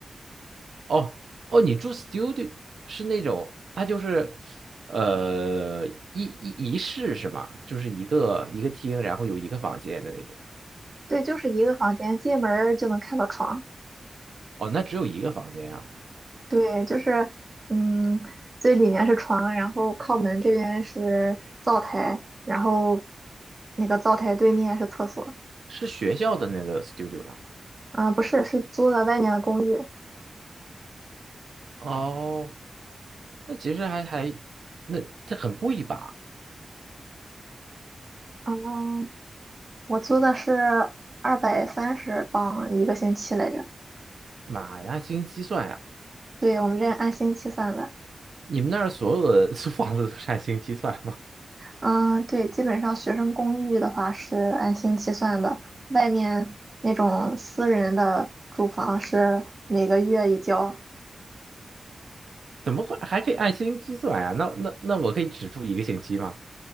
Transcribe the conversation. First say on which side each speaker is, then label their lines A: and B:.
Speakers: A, on the right; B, on the right.
A: 哦哦，你住 studio 是那种，它就是呃一一一室是吗？就是一个一个厅，然后有一个房间的那种。
B: 对，就是一个房间，进门儿就能看到床。
A: 哦，那只有一个房间啊？
B: 对，就是，嗯，最里面是床，然后靠门这边是灶台，然后那个灶台对面是厕所。
A: 是学校的那个 studio 吗？
B: 啊、不是，是租的外面的公寓。
A: 哦，那其实还还那这很贵吧？
B: 嗯，我租的是二百三十镑一个星期来着。
A: 妈呀，按星期算呀、
B: 对，我们这按星期算的。
A: 你们那儿所有的 <laughs> 租房子都是按星期算吗？
B: 嗯，对，基本上学生公寓的话是按星期算的，外面那种私人的住房是每个月一交。
A: 怎么会还可以按星期算呀、那那那我可以只住一个星期吗？